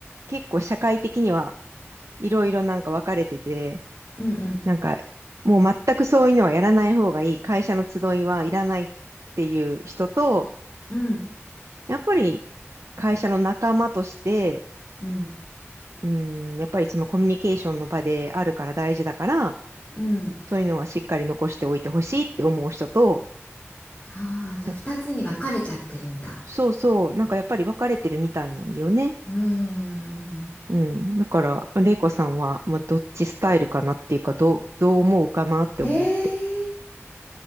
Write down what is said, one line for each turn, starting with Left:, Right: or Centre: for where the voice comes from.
Right: 結構社会的にはいろいろなんか分かれてて、
Left: うん、うん、
Right: なんかもう全くそういうのはやらない方がいい、会社の集いはいらないっていう人と、
Left: う
Right: やっぱり会社の仲間として、
Left: ん、
Right: うん、やっぱりそのコミュニケーションの場であるから大事だから、
Left: うん、
Right: そういうのはしっかり残しておいてほしいって思う人と、
Left: ああー、じゃあ2つに分かれちゃってるんだ。
Right: いやそうそう、なんかやっぱり分かれてるみたいなんだよね。
Left: うん。
Right: うん。だから、玲子さんは、まあ、どっちスタイルかなっていうか、どう、どう思うかなって思って。
Left: えー、